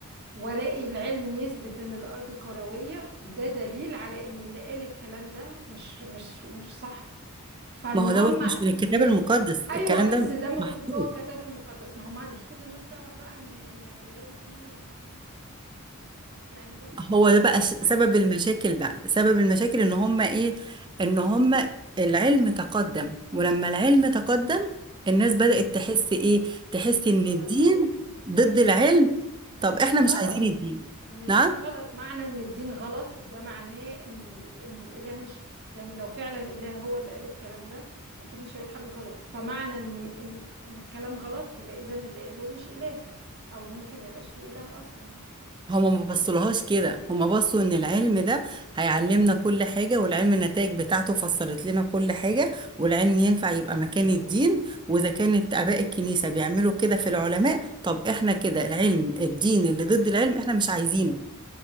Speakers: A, on the right; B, on the right.
A: والاقي العلم يثبت ان الارض كرويه ده دليل على ان اللي قال الكلام ده مش مش مش صح فان
B: ما هو
A: هم
B: دوت مش من الكتاب
A: ي...
B: المقدس
A: ايوه
B: الكلام
A: بس
B: ده
A: ده موجود
B: محطوط
A: جوه الكتاب المقدس ما هو ما- مش كل الناس تعرف بقى ان ان رجال الدين هم اللي حطوه يعني روحي اسالي
B: هو ده بقى
A: اي
B: ش-
A: حد
B: سبب المشاكل
A: كده
B: بقى سبب المشاكل ان هم ايه ان هم العلم تقدم ولما العلم تقدم الناس بدأت تحس ايه تحس
A: ان في
B: ان
A: غلط
B: الدين
A: في ال... ان الدين
B: ضد
A: غلط
B: العلم
A: وان
B: طب
A: الدين
B: احنا
A: غلط
B: مش عايزين الدين
A: وان الدين
B: نعم
A: غلط معنى ان الدين غلط ده معناه ان ال... ان الاله مش يعني لو فعلا اله هو اللي قال الكلام ده اكيد مش هيقول حاجه غلط فمعنى ان ان ان الكلام غلط يبقى اذا اللي قاله مش اله او ممكن ما يبقاش فيه اله اصلا
B: هما ما بصلهاش كده هما بصوا ان العلم ده هيعلمنا كل حاجة والعلم النتائج بتاعته فسرت لنا كل حاجة والعلم ينفع يبقى مكان الدين واذا كانت اباء الكنيسة بيعملوا كده في العلماء طب احنا كده العلم الدين اللي ضد العلم احنا مش عايزينه